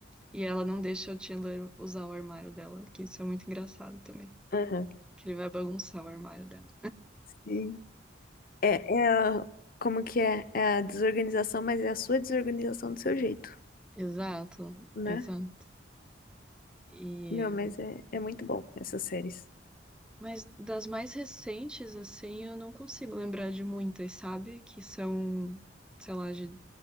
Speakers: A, in the centre; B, on the left.
A: E ela não deixa o Chandler usar o armário dela, que isso é muito engraçado também.
B: Aham.
A: Que ele vai bagunçar o armário dela.
B: Sim. É, é a, como que é? É a desorganização, mas é a sua desorganização do seu jeito,
A: Exato,
B: né?
A: exato. E...
B: Meu, mas é, é muito bom essas séries.
A: Mas das mais recentes, assim, eu não consigo lembrar de muitas, sabe? Que são, sei lá, de...